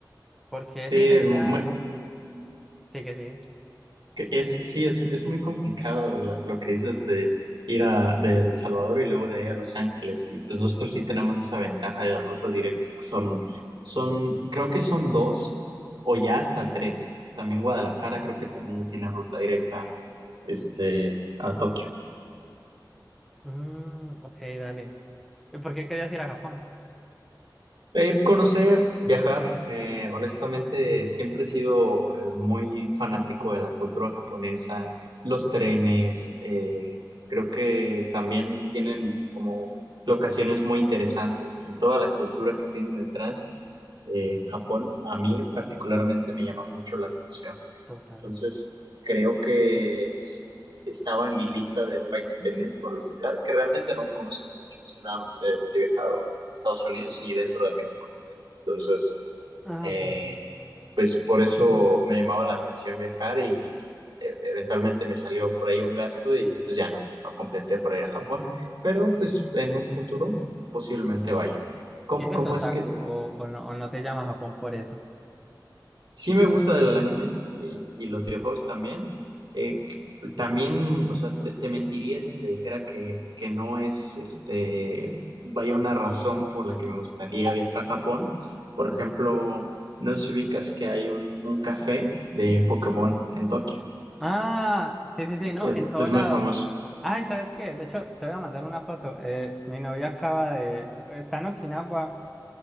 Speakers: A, in the centre; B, on the right.
A: porque
B: sí,
A: sí, la idea...
B: mu-
A: Sí que sí.
B: Que Es, sí, es, es muy complicado la- lo que dices de ir a de El Salvador y luego de ahí a Los Ángeles. Y pues nosotros sí tenemos esa ventaja de las rutas directas que son, son, creo que son dos o ya hasta tres. También Guadalajara creo que también ya tiene ruta directa este, a Tokio.
A: Mm, ok, dale. ¿Y por qué querías ir a Japón?
B: Eh, conocer, viajar, eh, honestamente siempre he sido eh, muy fanático de la cultura japonesa, los trenes, eh, creo que también tienen como locaciones muy interesantes y toda la cultura que tienen detrás, eh, Japón, a mí particularmente me llama mucho la atención.
A: Total.
B: Entonces, creo que estaba en mi lista de países pendientes por visitar, que realmente no conozco muchos, nada más he he viajado a Estados Unidos y dentro de México. Entonces,
A: Ah,
B: eh,
A: ok.
B: pues por eso me llamaba la atención viajar y eh, eventualmente me salió por ahí un gasto y pues ya no, no completé para ir a Japón,
A: Mm.
B: pero pues en un futuro posiblemente vaya. ¿Cómo,
A: ¿Y eres
B: cómo
A: otaku
B: es que
A: o, o no, o no te llama Japón por eso?
B: Sí me gusta el anime y, y los videojuegos también. Eh, que- también, o sea, te, te mentiría si te dijera que, que no es, este, vaya una razón por la que me gustaría viajar a Japón. Por ejemplo, no sé si ubicas que hay un, un café de Pokémon en Tokio.
A: Ah, sí, sí, sí,
B: Y,
A: no,
B: eh,
A: en todo
B: Es
A: lado.
B: muy famoso.
A: Ay, ¿sabes qué? De hecho, te voy a mandar una foto. Eh, mi novia acaba de... Está en Okinawa